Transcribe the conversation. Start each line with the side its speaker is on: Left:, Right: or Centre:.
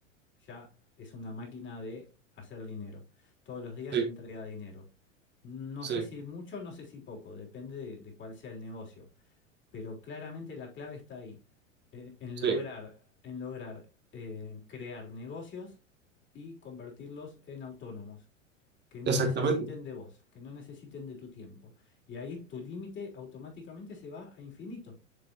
Left: ya es una máquina de hacer dinero. Todos los días
Right: sí,
Left: le entrega dinero. No
Right: sí,
Left: sé si mucho, no sé si poco, depende de, de cuál sea el negocio, pero claramente la clave está ahí, en, en
Right: sí,
Left: lograr, en lograr eh, crear negocios y convertirlos en autónomos, que no
Right: exactamente.
Left: necesiten de vos, que no necesiten de tu tiempo. Y ahí tu límite automáticamente se va a infinito.